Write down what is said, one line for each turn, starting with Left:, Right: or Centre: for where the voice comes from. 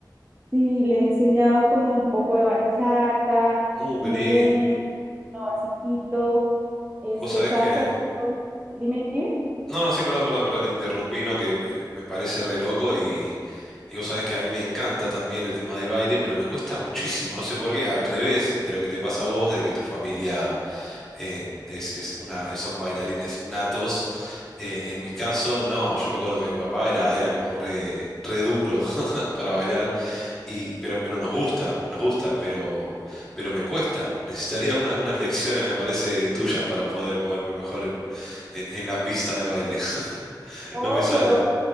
Right: Sí, le he enseñado como un poco de bachata,
Centre: Uh, qué
Right: merengue,
Centre: lindo.
Right: lo basiquito, este,
Centre: Vos sabés
Right: salsa.
Centre: que...
Right: Dime, dime.
Centre: No, no, sí, perdón, perdón, perdón que te interrumpí, ¿no? Que eh, me parece re loco y, y vos sabés que a mí me encanta también el tema del baile, pero me cuesta muchísimo, no sé por qué, al revés de lo que te pasa a vos, de que tu familia eh, es, es una, son bailarines natos. Eh, en mi caso, no, yo me acuerdo que mi papá era, era como re, re duro <laughs> para bailar. Y, pero, pero nos gusta, nos gusta, pero, pero me cuesta. <laughs> Necesitaría una- unas lecciones, me parece, tuyas para poder moverme mejor en, en, en la pista de baile. <laughs>
Right: Obvio,
Centre: No me sale.